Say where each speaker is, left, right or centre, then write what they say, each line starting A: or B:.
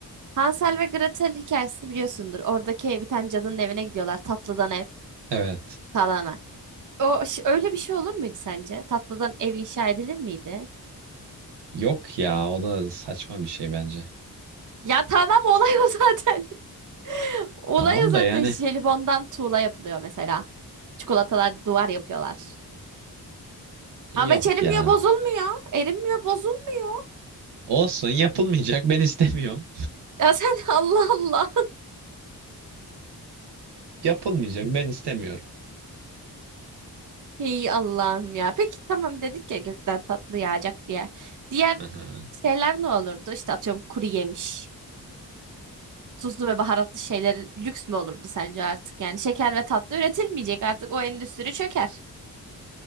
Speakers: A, on the right (about 50°); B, on the right (about 85°).
A: Hansel ve Gretel hikayesini biliyorsundur. Oradaki bir tane cadının evine gidiyorlar. Tatlıdan ev
B: Evet.
A: kalana. O ş- öyle bir şey olur muydu sence? Tatlıdan ev inşa edilir miydi?
B: Yok ya o da saçma bir şey bence.
A: Ya tamam olay o zaten. <laughs> Olay
B: Tamam
A: o zaten.
B: da yani
A: Jelibondan tuğla yapılıyor mesela. Çikolatalar duvar yapıyorlar.
B: yok
A: Ama hiç erimiyor,
B: ya.
A: bozulmuyor. Erimiyor, bozulmuyor.
B: Olsun yapılmayacak ben istemiyorum.
A: Ya sen <laughs> Allah Allah.
B: Yapılmayacak ben istemiyorum.
A: Ey Allah'ım ya. Peki tamam dedik ya gökten tatlı yağacak diye. Diğer
B: Aha.
A: şeyler ne olurdu? İşte atıyorum kuru yemiş. Tuzlu ve baharatlı şeyler lüks mü olurdu sence artık? Yani şeker ve tatlı üretilmeyecek artık o endüstri çöker.